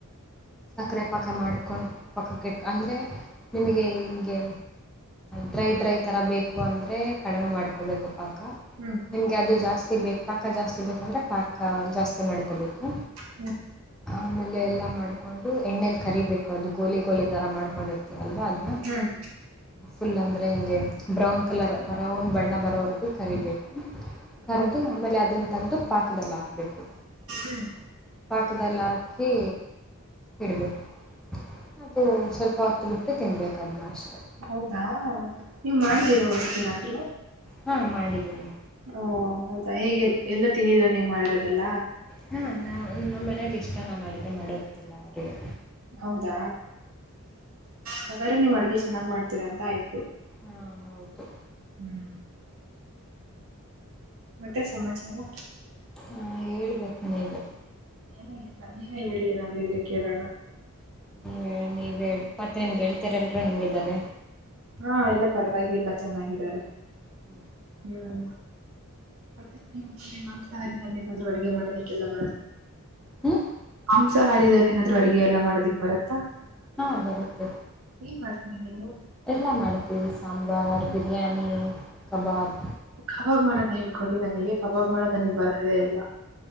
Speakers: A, in the centre; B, on the right.
A: ಸಕ್ಕರೆ ಪಾಕ್ಕ ಮಾಡ್ಕೊಂಡು ಪಕ್ಕಕ್ಕೆಟ್ಕ ಅಂದ್ರೆ ನಿಮಗೆ ಹಮಗೆ ಡ್ರೈ ಡ್ರೈ ಥರ ಬೇಕು ಅಂದರೆ ಕಡಿಮೆ ಮಾಡ್ಕೋಬೇಕು ಪಾಕ
B: ಹ್ಮ್
A: ನಿಮಗೆ ಅದು ಜಾಸ್ತಿ ಬೇಕು ಪಾಕ ಜಾಸ್ತಿ ಬೇಕಂದ್ರರೆ ಪಾಕ ಜಾಸ್ತಿ ಮಾಡ್ಕೊಬೇಕು
B: ಹ್ಮ್
A: ಆಮೇಲೆ ಎಲ್ಲ ಮಾಡ್ ಹಾಕೊಂಡು ಎಣ್ಣೇಲಿ ಕರಿಬೇಕು ಅದು ಗೋಲಿ ಗೋಲಿ ತರ ಮಾಡ್ಕೊಂಡಿರ್ತ ಅಲ್ವಾ ಅದ್ನ್ನ.
B: ಹ್ಮ್
A: ಫುಲ್ ಅಂದ್ರೆ ಹಿಂಗೆ ಬ್ರೌನ್ ಕಲರ್ ಬ್ರೌನ್ ಬಣ್ಣ ಬರೋವರೆಗೂ ಕರಿಬೇಕು. ಕರದು.
B: ಹೌ
A: ಆಮೇಲೆ ಅದನ್ನು ತಂದು ಪಾಕದಲ್ಲಿ ಹಾಕಬೇಕು
B: ಹ್ಮ್
A: ಪಾಕದಲ್ಲಿ ಹಾಕಿ ಇಡಬೇಕು ಅದು ಸ್ವಲ್ಪ ಹೊತ್ತು ಬಿಟ್ಟು ತಿನ್ಬೇಕು ಅದನ್ನ ಅಷ್ಟೆ
B: ಹೌದಾ ನೀವು ಮಾಡಿದ್ದೀರಾ ಒಂದ ಸತಿನಾದ್ರು.
A: ಹಾ ಮಾಡಿದಿನಿ.
B: ಓ ಹೌದಾ ಹೇಗೆ ಎಲ್ಲ ತಿಂದೀದಿರ್ ನೀವು ಮಾಡಿರೋದೆಲ್ಲ
A: ಹಾ ನಾ ನಮ್ಮ್ ಮನೇಲಿ ಇಷ್ಟ ನಾನು ಅಡುಗೆ ಮಾಡೋದೆಲ್ಲ ಅವ್ರಿಗೆ.
B: ಹೌದಾ ಹಾಗಾದ್ರೆ ನೀವು ಅಡ್ಗೆ ಚೆನ್ನಾಗ್ ಮಾಡ್ತೀರಾ ಅಂತ ಆಯ್ತು.
A: ಹಾ ಹೌದು
B: ಹ್ಮ್ ಮತ್ತೆ ಸಮಾಚಾರ.
A: ಹಾ ಹೇಳ್ಬೇಕು ನೀವೂ.
B: ಏನುೂ ಇಲ್ಲ ನೀವೇ ಹೇಳಿ ಏನ್ ಆದ್ರು ಇದ್ರೆ ಕೇಳೋಣ
A: ನೀ ನೀವ ಹೇಳಿ ಮತ್ತೆ ನಿಮ ಗೆಳತಿ ಎಲ್ರು ಹೆಂಗಿದಾರೆ.
B: ಹಾ ಎಲ್ಲಾ ಪರವಾಗಿಲಾ ಚೆನ್ನಾಗಿದ್ದಾರೆ
A: ಹೂ.
B: ಹ್ಮ ಮತ್ತೆ ನಿಮ್ ಮಾಂಸಹಾರಿನಲ್ಲಿ ಏನಾದ್ರು ಅಡುಗೆ ಮಾಡದಕ್ಕೆಲ್ಲ ಬರತಾ
A: ಹ್ಮ್
B: ಮಾಂಸಾಹಾರದಲ್ಲಿ ಏನಾದ್ರು ಅಡುಗೆ ಎಲ್ಲ ಮಾಡೋದಿಕ್ ಬರತ್ತಾ
A: ಹಾ ಬರುತ್ತೆ
B: ಏನ್ ಮಾಡ್ತೀರಾ ನೀವು
A: ಎಲ್ಲ ಮಾಡ್ತೀವಿ ಸಾಂಬಾರ ಬಿರಿಯಾನಿ ಕಬಾಬ್.
B: ಕಬಾಬ್ ಮಾಡೋದ ಹೇಳ್ಕೊಡಿ ನನಗೆ ಕಬಾಬ್ ಮಾಡೋದು ನನಗ್ ಬರೋದೇ ಇಲ್ಲ